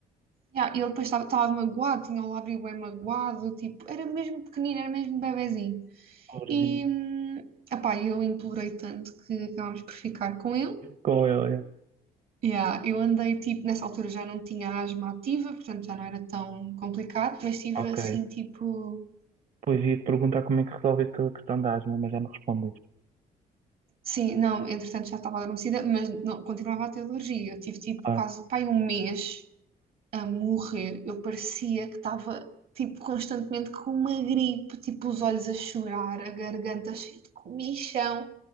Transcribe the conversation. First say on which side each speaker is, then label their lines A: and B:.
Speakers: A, on the right; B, on the right.
A: Ya, e ah, ele depois estava estava magoado, tinha o lábio bem magoado, tipo, era mesmo pequenino, era mesmo bebezinho.
B: pobrezinho.
A: E, hum, epá, eu implorei tanto que acabámos por ficar com ele.
B: Com ele, é.
A: Ya, eu andei, tipo, nessa altura já não tinha asma ativa, portanto já não era tão complicado, mas tive
B: Ok.
A: assim, tipo,
B: Pois ia-te perguntar como é que resolveste a questão da asma, mas já me respondeste.
A: Sim, não, entretanto já estava adormecida, mas não, continuava a ter alergia. Eu tive tipo
B: Ah.
A: quase pai, um mês a morrer. Eu parecia que estava tipo constantemente com uma gripe, tipo os olhos a chorar, a garganta cheia de comichão,